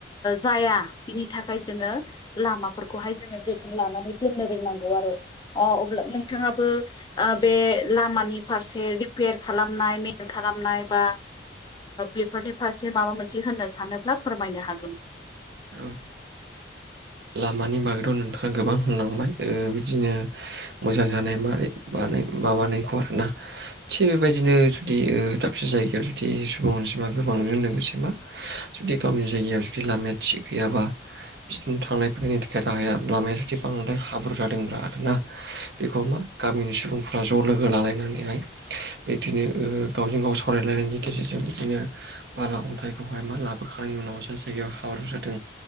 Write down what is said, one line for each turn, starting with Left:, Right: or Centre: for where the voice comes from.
Left: जाया बिनि थाखाय जोङो लामाफोरखौहाय जोङो जोथोन लानानै दोननो रोंनांगौ आरो अ अब्ला नोंथाङाबो बे लामानि फारसे रिपेयार खालामनाय मेेन खालामनाय बा बेफोरनि फारसे माबा मोनसे होननो सानोब्ला फोरमायनो हागोन
Right: औ लामानि बागैथ' नोंथाङा गोबां होनलांबाय बिदिनो मोजां जानाय मानाय बानाय माबानायखौ आरोना थिग बेबायदिनो जुदि दाबसे जायगायाव जुदि सुबुं अनसिमा गोबांजों लोगोसे मा जुदि गावनि जायगायाव जुदि लामाया थिग गैयाबा बिदिनो थांलाय फैलायनि थाखाय राहाया लामाया जुदि बांद्राय हाब्रु जादोंब्रा आर ना बेखौ मा गामिनि सुबुंफ्रा ज' लोगो लालायनानैहाय बिदिनो गावजों गाव सावरायलायनायनि गेजेरजों बिदिनो बाला अन्थाइखौहाय मा लाबोखांनायनि उनाव जाय जायगायाव हाब्रु जादों